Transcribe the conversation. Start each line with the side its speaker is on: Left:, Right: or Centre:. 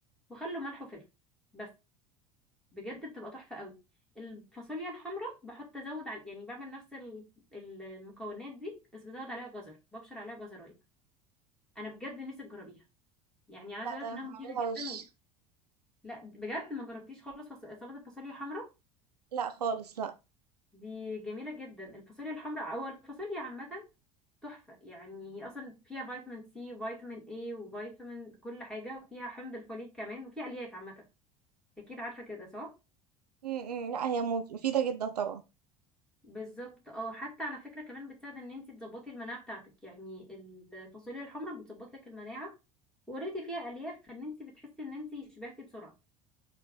Centre: وخل وملح وفلفل بس بجد بتبقى تحفة قوي الفاصوليا الحمراء بحط ازود على يعني بعمل نفس ال- المكونات دي بس بزود عليها جزر ببشر عليها جزرايه انا بجد نفسي تجربيها يعني عايزه
Right: لا
Centre: اقول
Right: ده
Centre: لك
Right: انا
Centre: انها مفيده
Right: هعملها
Centre: جدا
Right: وش
Centre: و... لا بجد ما جربتيش خالص فص... سلطه الفاصوليا الحمراء
Right: لا خالص لا
Centre: دي جميله جدا الفاصوليا الحمراء او الفاصوليا عامه تحفه يعني هي اصلا فيها فيتامين سي وفيتامين اي وفيتامين كل حاجه وفيها حمض الفوليك كمان وفيها الياف عامه اكيد عارفه كده صح
Right: م -م. لا هي مفيدة جدا طبعا
Centre: بالظبط اه حتى على فكرة كمان بتساعد ان انت تظبطي المناعة بتاعتك يعني الفاصوليا الحمراء بتظبط لك المناعة وريتي فيها الياف فان انت بتحسي ان انت شبعتي بسرعة